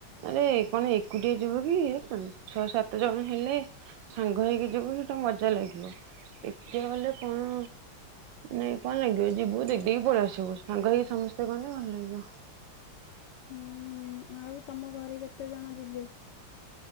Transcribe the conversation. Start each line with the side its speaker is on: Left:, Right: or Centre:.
Right: ଆରେ କଣ ଏକୁଟିଏ ଯିବୁ କି ଛଅ ସାତ ଜଣ ହେଲେ ସାଙ୍ଗ ହେଇକି ଯିବୁ ସେଇଟା ମଜା ଲାଗିବ ଏକା ଗଲେ କଣ ନାଇଁ କଣ ଲାଗିବ ଯିବୁ ଦେଖ୍ ଦେଦକି ପଳି ଆସିବୁ, ସାଙ୍ଗ ହେଇକି ସମସ୍ତେ ଗନେ ଭଲ୍ ଲାଗିବ।
Left: ହୁଁ ଆଉ ତମ ଘରେ କେତେ ଜଣ ଯିବେ?